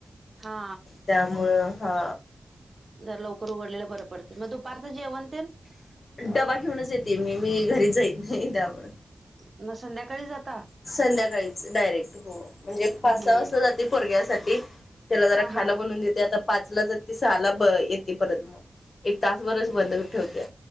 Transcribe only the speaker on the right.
हा
जरा लवकर उघडलेलं बरं पडतय म दुपारचं जेवण तेनं
म संध्याकाळी जात
हम्म
हा
हा हा